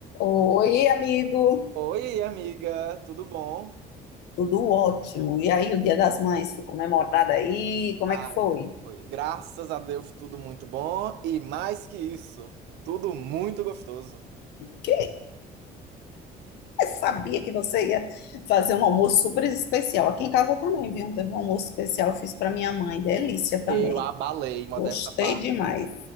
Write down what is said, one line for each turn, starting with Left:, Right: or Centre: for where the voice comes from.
Left: Oi, amigo.
Right: Oi, amiga, tudo bom?
Left: Tudo ótimo. E aí, o Dia das Mães foi comemorado aí? Como
Right: Ai,
Left: é que foi?
Right: foi. Graças a Deus, tudo muito bom. E mais que isso, tudo muito gostoso.
Left: Quem sabia que você ia fazer um almoço super especial? Aqui em casa também, viu? Teve um almoço especial, eu fiz para minha mãe. Delícia também.
Right: Eu abalei, modesta
Left: Gostei
Right: parte.
Left: demais.